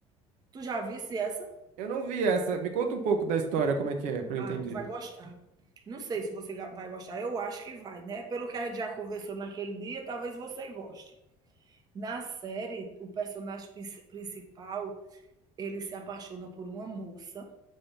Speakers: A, on the right; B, on the right.
A: Tu já visse essa?
B: Eu não vi essa. Me conta um pouco da história, como é que é, pra eu
A: Ah,
B: entender.
A: tu vai gostar. Não sei se você ga- vai gostar. Eu acho que vai, né? Pelo que a gente já conversou naquele dia, talvez você goste. Na série, o personagem prin- principal, ele se apaixona por uma moça.